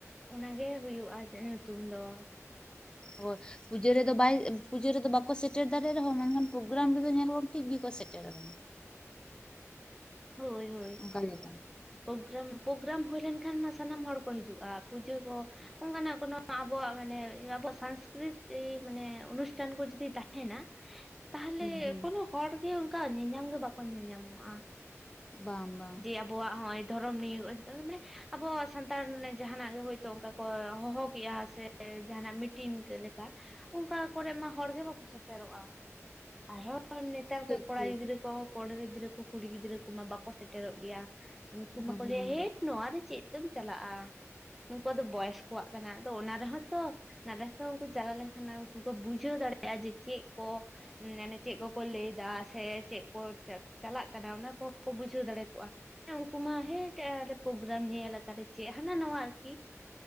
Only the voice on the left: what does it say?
ᱦᱚᱭ ᱾ ᱯᱩᱡᱟᱹ ᱨᱮᱫᱚ ᱵᱟᱭ ᱯᱩᱡᱟᱹ ᱨᱮᱫᱚ ᱵᱟᱠᱚ ᱥᱮᱴᱮᱨ ᱫᱟᱲᱮᱭᱟᱜ ᱨᱮᱦᱚᱸ ᱢᱮᱱᱠᱷᱟᱱ ᱯᱨᱳᱜᱨᱟᱢ ᱨᱮᱫᱚ ᱧᱮᱞᱚᱜ ᱴᱷᱤᱠ ᱜᱮᱠᱚ ᱥᱮᱴᱮᱨ ᱟᱠᱟᱱᱟ᱾
ᱚᱱᱠᱟ ᱞᱮᱠᱟ
<inaudible>
ᱦᱩᱸ
ᱵᱟᱝ ᱵᱟᱝ
ᱴᱷᱤᱠ
ᱴᱷᱤᱠ
ᱦᱩᱸ
ᱦᱩᱸ